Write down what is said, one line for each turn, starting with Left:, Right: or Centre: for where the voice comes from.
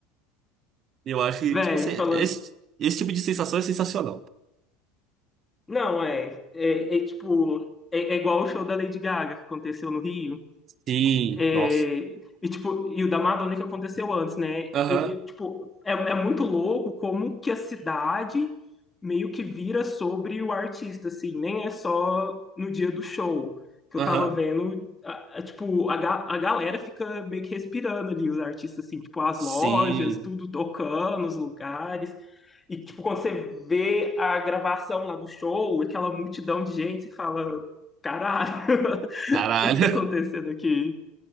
Right: E eu acho que,
Left: Véi,
Right: tipo assim,
Left: falando...
Right: esse, esse tipo de sensação é sensacional.
Left: Não, é, é, é, tipo, é, é igual o show da Lady Gaga que aconteceu no Rio.
Right: Sim,
Left: É,
Right: nossa.
Left: e, tipo, e o da Madonna que aconteceu antes, né?
Right: Aham,
Left: E, e, tipo, é, é muito louco como que a cidade meio que vira sobre o artista, assim. Nem é só no dia do show que
Right: aham.
Left: eu tava vendo. a- a- tipo, a, ga- a galera fica meio que respirando ali, os artistas, assim. Tipo, as
Right: Sim,
Left: lojas, tudo tocando, os lugares. E, tipo, quando você vê a gravação lá do show, aquela multidão de gente, você fala... Caralho, <laughs> o
Right: caralho.
Left: que que tá acontecendo
Right: <laughs>
Left: aqui?